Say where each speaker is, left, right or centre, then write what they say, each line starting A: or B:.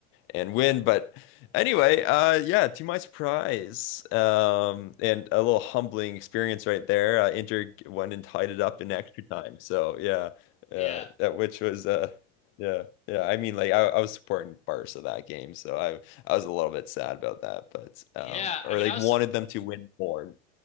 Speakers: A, on the left; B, on the left.
A: and win. But anyway, uh, yeah, to my surprise, um, and a little humbling experience right there. Uh, Inter went and tied it up in extra time. So yeah, uh,
B: Yeah.
A: that which was uh, yeah, yeah. I mean, like I, I was supporting Barca that game, so I I was a little bit sad about that, but um,
B: Yeah,
A: or
B: I mean
A: like
B: I was
A: wanted
B: sup-
A: them to win more.